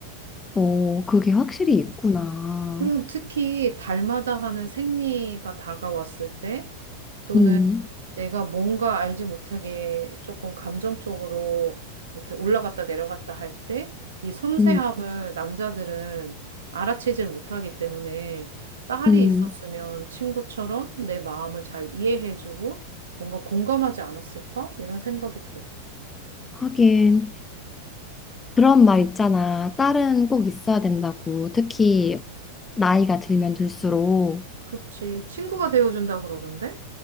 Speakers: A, on the left; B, on the right.
A: 어, 그게 확실히 있구나.
B: 그럼 특히 달마다 하는 생리가 다가왔을 때 또는
A: 음,
B: 내가 뭔가 알지 못하게 조금 감정적으로 이렇게 올라갔다 내려갔다 할 때 이 섬세함을
A: 음,
B: 남자들은 알아채질 못하기 때문에 딸이
A: 음.
B: 있었으면 친구처럼 내 마음을 잘 이해해주고 뭔가 공감하지 않았을까? 이런 생각이 들어.
A: 하긴 그런 말 있잖아. 딸은 꼭 있어야 된다고. 특히 나이가 들면 들수록.
B: 그치. 친구가 되어준다 그러던데?